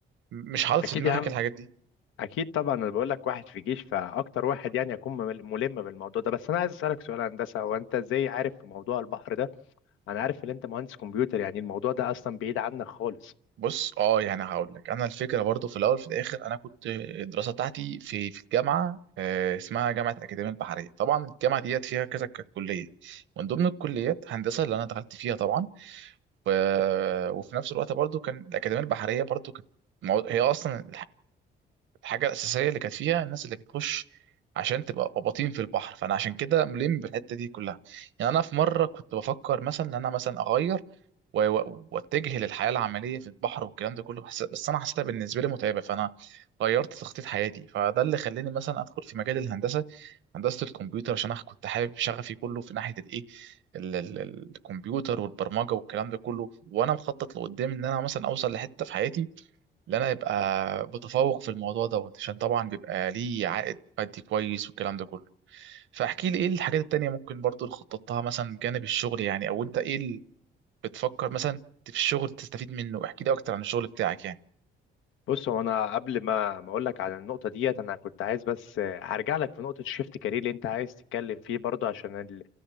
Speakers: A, on the right (about 75°); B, on the left (about 85°).
A: مش حاطط
B: أكيد
A: في دماغك
B: يا عم
A: الحاجات دي؟
B: اكيد طبعا انا بقول لك واحد في جيش فاكتر واحد يعني يكون مل- ملم بالموضوع ده بس انا عايز اسالك سؤال يا هندسه هو انت ازاي عارف في موضوع البحر ده انا عارف ان انت مهندس كمبيوتر يعني الموضوع ده اصلا بعيد عنك خالص
A: بص اه يعني هقول لك انا الفكره برضو في الاول في الاخر انا كنت الدراسه بتاعتي في في الجامعه آه، اسمها جامعه اكاديميه البحريه طبعا الجامعه ديت فيها كذا ك- كليه من ضمن الكليات هندسه اللي انا دخلت فيها طبعا و... وفي نفس الوقت برضو كان الاكاديميه البحريه برضو كانت مو- هي اصلا الحاجه الاساسيه اللي كانت فيها الناس اللي بتخش عشان تبقى قباطين في البحر فانا عشان كده ملم بالحته دي كلها يعني انا في مره كنت بفكر مثلا ان انا مثلا اغير و- و- واتجه للحياه العمليه في البحر والكلام ده كله بس بس انا حسيتها بالنسبه لي متعبه فانا غيرت تخطيط حياتي فده اللي خلاني مثلا ادخل في مجال الهندسه هندسه الكمبيوتر عشان انا كنت حابب شغفي كله في ناحيه الايه ال- ال- الكمبيوتر والبرمجه والكلام ده كله وانا مخطط لقدام ان انا مثلا اوصل لحته في حياتي اللي انا يبقى متفوق في الموضوع دوت عشان طبعا بيبقى ليه عائد مادي كويس والكلام ده كله فاحكي لي ايه الحاجات التانية ممكن برضو اللي خططتها مثلا من جانب الشغل يعني او انت ايه اللي بتفكر مثلا في الشغل تستفيد منه احكي لي اكتر عن الشغل بتاعك يعني
B: بص هو انا قبل ما ما اقول لك على النقطه ديت انا كنت عايز بس آه، هرجع لك في نقطه شيفت كارير اللي انت عايز تتكلم فيه برضه عشان ال...